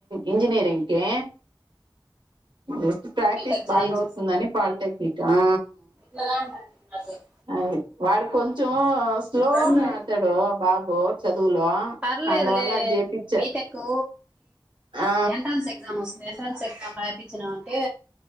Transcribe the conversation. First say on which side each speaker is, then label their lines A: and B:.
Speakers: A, on the right; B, on the right.
A: ఇంజనీరింగ్ కి జస్ట్ ప్రాక్టీస్
B: బీటెక్
A: బాగా
B: జాయిన్
A: అవుతుందని పాలిటెక్నిక్ ఆ
B: గదా అంటుంది నాతోని
A: అది వాడు కొంచెం స్లో
B: సర్లే
A: అతడు బాబు చదువులో
B: పర్లేదులే
A: అందువల్ల అది చేపిచ్చా
B: బీటెక్ కు
A: ఆ
B: ఎంట్రన్స్ ఎగ్ ఎగ్జామ్ వస్తది ఎంట్రన్స్ ఎగ్జామ్ రాపించినా అంటే